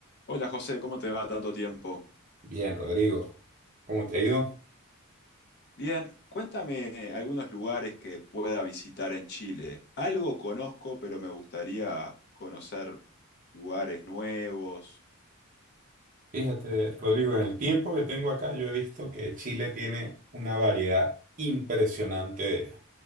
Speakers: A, on the left; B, on the right.
A: Hola José, ¿cómo te va tanto tiempo?
B: Bien, Rodrigo. ¿Cómo te ha ido?
A: Bien, cuéntame algunos lugares que pueda visitar en Chile. Algo conozco, pero me gustaría conocer lugares nuevos.
B: Fíjate, Rodrigo, en el tiempo que tengo acá, yo he visto que Chile tiene una variedad impresionante